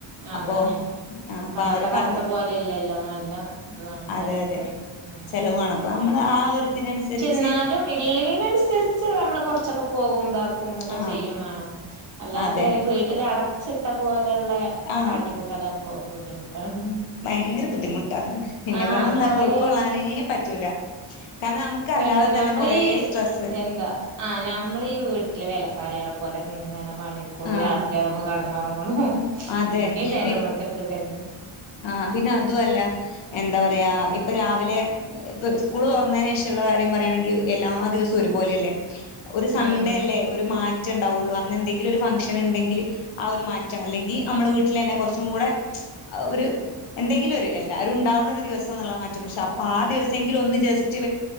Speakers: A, on the right (about 40°); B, on the left (about 80°).
A: അതാണ്
B: അപ്പോ ആ അപ്പൊ
A: പണ്ടത്ത
B: അവരെ
A: കാലത്തെ
B: പറഞ്ഞ്
A: പോലെല്ലല്ലോ നല്ല ഇതൂ ആണ് ചെലവ്
B: അതെ അതെ
A: ഉം
B: ചെലവ് വാണം <unintelligible> നമ്മള് ആ ഒരു ഇതിനന്സര്ച്ച്
A: ന്നാലും ഇള്ളേനന്സര്ച്ച് അമ്മള് കൊറ്ച്ചൊക്കെ പോകും ഇതാ കുമ്മൊക്കെ
B: ആ
A: ചെയ്യും വേണം അല്ലാതെ
B: അതെ
A: വീട്ടില് അടച്ച്ട്ട പോലെള്ള
B: ആ
A: കാട്ടിക്കൂട്ടാലാവുമ്പോ ബുദ്ധിമുട്ടാണ്.
B: ഭയങ്കര ബുദ്ധിമുട്ടാ ഇന്നെ
A: ആഹ്
B: കൊണ്ടൊന്നും
A: കൊറേ
B: അഅ് ഉൾക്കൊള്ളാനേ പറ്റൂല. കാരണം അമ്മക്ക് അല്ലാതെ
A: എന്താ
B: തന്നെ
A: നമ്മളീ
B: കൊറേ സ്ട്രെസ്സ്
A: എന്താ ആഹ് നമ്മള് ഈ വീട്ട്ലെ വേലക്കാര്യേളെ പോലെങ്ങനെ പണ്യെട്ക്ക്ണൂ
B: ആ
A: രാത്രി ആവു കട്ന്നാെറങ്ങ്ണു
B: അതെ
A: പിന്നെ നേര വെള്ത്തെട്ട് <unintelligible>
B: ആഹ് പിന്ന അതു അല്ല എന്താ പറയാ ഇപ്പ രാവിലെ ഇപ്പ സ്കൂള് തൊറ്ന്നെനെഷള്ള കാര്യം പറയാണെങ്കി എല്ലാ ദിവസൂം
A: ഉം
B: ഒരു പോല്യല്ലേ ഒര് സൺഡേ
A: ഉം
B: അല്ലേ ഒരു മാറ്റണ്ടാവോള്ളൂ അന്നെന്തെങ്കിലൊര് ഫംഗ്ഷന്ണ്ടെങ്കില് ആഹ് ഒരു മാറ്റ അല്ലെങ്കി അമ്മള് വീട്ട്ലെന്നെ കൊറച്ചും കൂടെ ആ ഒര് എന്തെങ്കിലൊര് എല്ലാരുണ്ടാവ്ണ ഒര് ദിവസംന്ന്ള്ള മാറ്റം പക്ഷെ അപ്പാ ആ ദിവസെങ്കിലു ഒന്ന് ജസ്റ്റ്